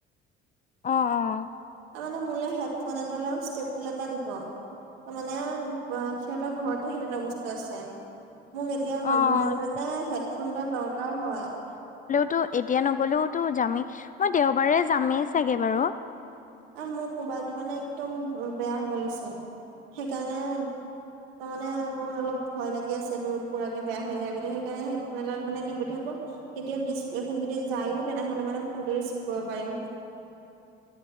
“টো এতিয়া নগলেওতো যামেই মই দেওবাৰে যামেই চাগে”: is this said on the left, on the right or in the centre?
Left